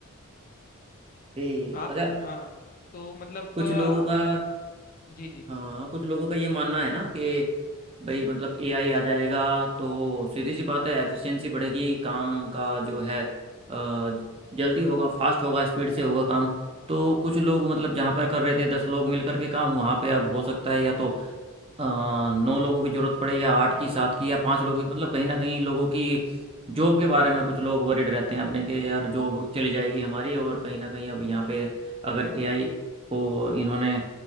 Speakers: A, on the right; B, on the left.
A: ये
B: आप
A: अच्छा
B: हाँ तो मतलब
A: कुछ
B: अ,
A: लोगों का
B: जी जी
A: हाँ कुछ लोगों का ये मानना है ना कि भाई मतलब एआई आ जाएगा तो सीधी सी बात है एफिशिएंसी बढ़ेगी काम का जो है अ, जल्दी होगा फास्ट होगा स्पीड से होगा काम तो कुछ लोग मतलब जहाँ पर कर रहे थे दस लोग मिल करके काम वहाँ पे अब हो सकता है या तो अ, नौ लोगों की जरूरत पड़े या आठ की सात की या पांच लोगों की मतलब कहीं ना कहीं लोगों की जॉब के बारे में कुछ लोग वरीड रहते हैं अपने के यार जॉब चली जाएगी हमारी और कहीं ना कहीं अब यहाँ पे अगर एआई को इन्होंने